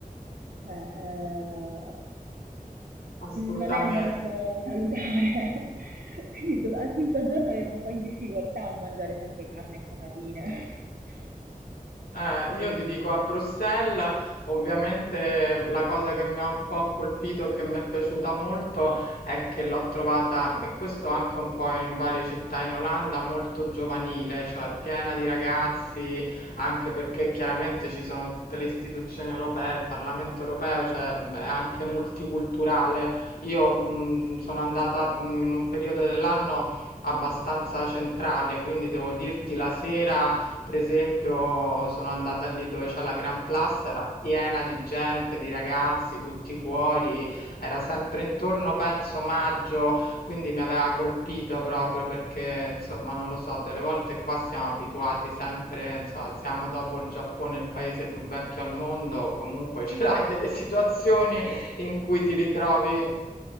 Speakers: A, on the right; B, on the left.
A: Cioè, eh,
B: Assolutamente.
A: non è molto salutare. <laughs> Quindi dov- al quinto giorno ero un po' in difficoltà a mangiare sempre carne e patatine. <laughs>
B: Eh,
A: Eh,
B: io ti dico a Bruxelles, ovviamente la cosa che mi ha un po' colpito e che mi è piaciuta molto è che l'ho trovata, e questo anche un po' in varie città in Olanda, molto giovanile, cioè piena di ragazzi,
A: sì.
B: anche perché chiaramente ci sono tutte le istituzioni europee, il Parlamento europeo, cioè mh, è anche multiculturale. Io mh, sono andata mh, in un periodo dell'anno abbastanza centrale, quindi devo dirti la sera. Per esempio, sono andata lì dove c'è la Gran Place, era piena di gente, di ragazzi, tutti fuori, era sempre intorno, penso, maggio, quindi mi aveva colpito proprio perché, insomma, non lo so, delle volte qua siamo abituati sempre, insomma, siamo dopo il Giappone il paese più vecchio al mondo, comunque <laughs> ce
A: <laughs>
B: l'hai delle situazioni in cui ti ritrovi